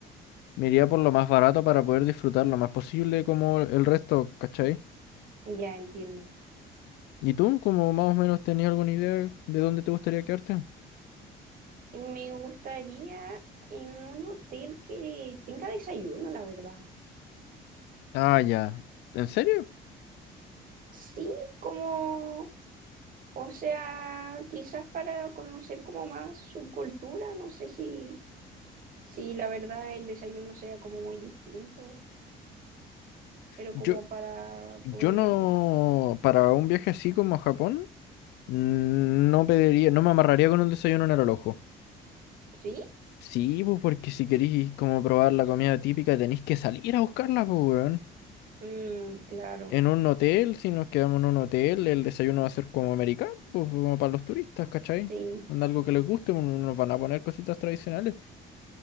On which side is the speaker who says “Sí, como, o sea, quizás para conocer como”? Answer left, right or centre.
Right